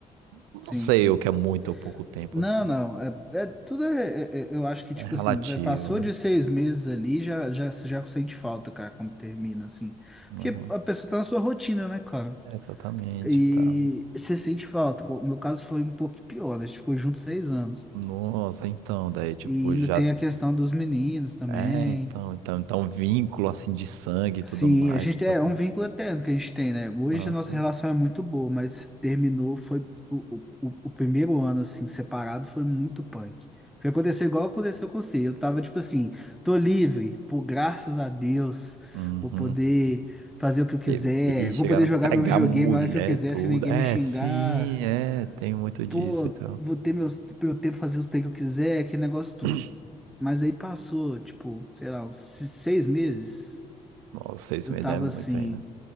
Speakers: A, on the right; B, in the centre.
A: não
B: sim,
A: sei
B: sim.
A: o que é muito ou pouco tempo
B: Não,
A: assim.
B: não. É, é- tudo é, é- é- Eu acho que, tipo
A: É relativo,
B: assim, vai- passou
A: né?
B: de seis meses ali, já, já, você já sente falta, cara, quando termina, assim.
A: Uhum.
B: Porque a pessoa tá na sua rotina, né, cara?
A: É, exatamente,
B: E
A: tá.
B: você sente falta. O meu caso foi um pouco pior, né? A gente ficou junto seis anos.
A: Nossa, então, daí, tipo,
B: E ainda
A: já.
B: tem a questão dos meninos também.
A: É, então, então, então, um vínculo assim de sangue e tudo
B: Sim,
A: mais
B: a gente
A: pra
B: é
A: ter.
B: um vínculo eterno que a gente tem, né? Hoje
A: Aham.
B: a nossa relação é muito boa, mas terminou, foi o, o, o o primeiro ano, assim, separado, foi muito punk. Foi acontecer igual aconteceu com você. Eu tava tipo assim, tô livre, por graças a Deus,
A: Uhum.
B: vou poder fazer o que eu quiser,
A: Bebês
B: vou
A: chegaram
B: poder
A: a
B: jogar
A: pegar
B: meu videogame
A: mulher
B: a hora que eu quiser,
A: e tudo.
B: sem ninguém
A: É,
B: me xingar.
A: sim, é, tem muito disso,
B: Pô,
A: então.
B: vou ter meus, meu tempo fazer os treinos que eu quiser, aquele negócio todo
A: <clears throat>
B: Mas aí passou, tipo, sei lá, uns se- seis meses.
A: Bom, Vocês
B: Eu
A: me
B: tava
A: devem
B: assim
A: muito aí, né?